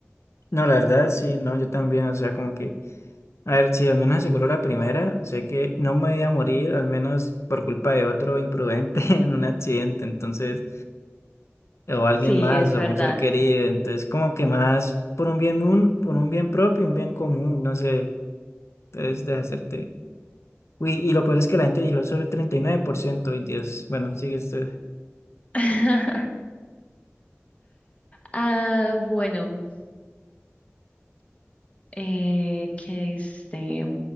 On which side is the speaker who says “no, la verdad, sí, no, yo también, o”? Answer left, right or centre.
Left